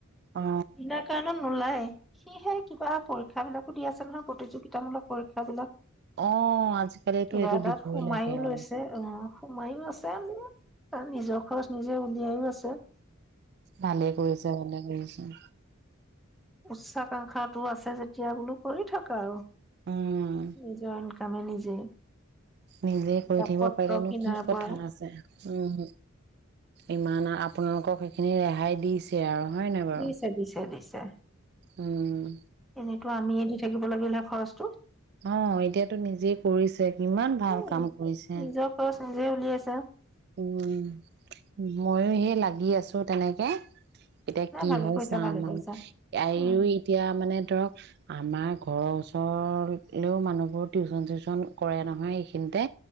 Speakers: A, on the right; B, in the centre.
A: অ
B: বিনা কাৰণত নোলাইয়ে। সিহে কিবা পৰীক্ষা বিলাকো দি আছে নহয়, প্ৰতিযোগিতামূলক পৰীক্ষা বিলাক।
A: অ', আজিকালিটো
B: কিবা
A: সিটো
B: এটাত
A: দিবই
B: সোমাইও
A: লাগে
B: লৈছে
A: আৰু।
B: অ সোমাইও আছে তাৰ নিজৰ খৰচ নিজে উলিয়াইও আছে। অ'।
A: ভালেই কৰিছে এনেকে আছে।
B: উচ্চাকাংশাটো আছে যেতিয়া বোলো কৰি থাকা আৰু।
A: উম,
B: নিজৰ ইনকামে নিজে
A: নিজে
B: কিতাপ
A: কৈ থাকিব
B: পত্ৰ
A: পাৰিলে নো
B: কিনাৰ
A: কি কথা
B: পৰা
A: আছে উম, ইমান আ আপোনালোকক সেইখিনি ৰেহাই দিছে আৰু। হয় নাই বাৰু
B: দিছে, দিছে, দিছে,
A: উম
B: এনেতো আমিয়ে দি থাকিব লাগিলে খৰচটো
A: অ এতিয়াতো নিজেই কৰিছে কিমান ভাল
B: উম,
A: কাম কৰিছে।
B: নিজৰ খৰচ নিজে উলিয়াছে
A: উম ময়ো সেই লাগি আছো তেনেকে। এতিয়া
B: নাই
A: কি
B: ভালে
A: হয়
B: কৰিছা
A: চা
B: ভালে
A: আমাৰ
B: কৰিছা
A: আও
B: উম।
A: এতিয়া মানে ধৰক আমাৰ ঘৰৰ ওচৰলৈও মানুহবোৰ টিউচন চিউচন কৰে নহয় এইখিনিতে